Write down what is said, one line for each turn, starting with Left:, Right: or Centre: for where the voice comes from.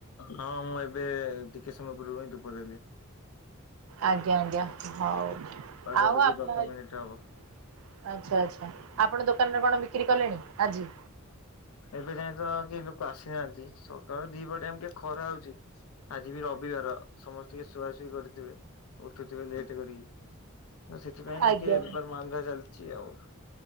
Left: ହଁ ମୁଁ ଏ ଏବେ ଟିକେ ସମୟ ପୂର୍ବରୁ ଧୁପ ଦେଲି।
Right: ଆଜ୍ଞା ଆଜ୍ଞା ହଉ।
Left: ପାଖାପାଖି
Right: ଆଉ ଆପଣ
Left: ଦଶ
Right: ଆଚ୍ଛା
Left: ମିନିଟ ହବ।
Right: ଆଚ୍ଛା ଆପଣ ଦୋକାନ କଣ ବିକ୍ରି କଲେଣି ଆଜି?
Left: ଏବେ ଯାଏ ତ କେହି ଲୋକ ଆସିନାହାନ୍ତି ସକାଳ ଦିପହର ଟାଇମ ଟିକେ ଖରା ହଉଛି ଆଜି ବି ରବିବାର ସମସ୍ତେ ଟିକେ ଶୁଆସୁଇ କରିଥିବେ ଉଠୁଥିବେ ଲେଟ କରିକି ସେଥିପାଇଁ
Right: ଆଜ୍ଞା
Left: ଟିକେ ବେପାର ମାନ୍ଦା ଚାଲିଛି ଆଉ।